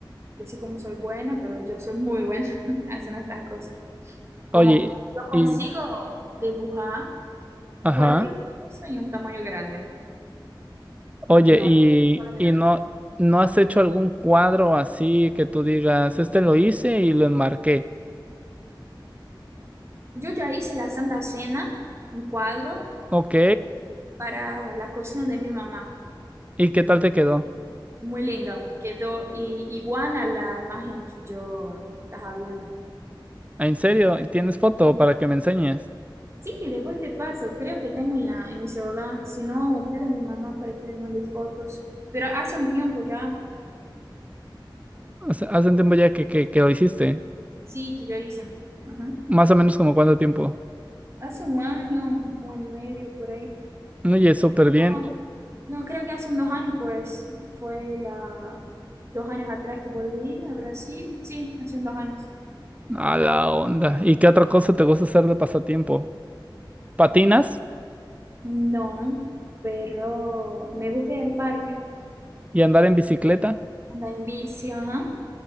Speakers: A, on the right; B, on the right.
A: decir como soy buena, pero yo soy muy buena <laughs> haciendo estas cosas. Como
B: Oye,
A: yo consigo
B: y,
A: dibujar
B: ajá,
A: cualquier cosa en un tamaño grande,
B: oye,
A: como enorme.
B: y,
A: Solo mirar.
B: y no, ¿no has hecho algún cuadro así que tú digas, este lo hice y lo enmarqué?
A: Yo ya hice la Santa Cena, un cuadro
B: Ok,
A: para la cocina de mi mamá.
B: ¿y qué tal te quedó?
A: Muy lindo, quedó i- igual a la imagen que yo estaba viendo.
B: ¿Ah, ¿En serio? ¿Tienes foto
A: Sí.
B: para que me enseñes?
A: Sí, después te paso. Creo que tengo en la, en mi celular. Si no, pido a mi mamá para que me mande fotos. Pero hace un tiempo ya,
B: O sea, hace un tiempo ya que, que, que lo hiciste,
A: sí, que yo hice. Ajá.
B: más o menos como cuánto tiempo.
A: Hace un año, un año y medio por ahí.
B: Oye, súper bien,
A: No, no, creo que hace un dos años, pues, fue la dos años atrás que volví a Brasil. Sí, hace un dos años.
B: a la onda. ¿Y qué otra cosa te gusta hacer de pasatiempo? ¿Patinas
A: No, pero me gusta ir al parque,
B: y andar en bicicleta?
A: andar en bici, ajá.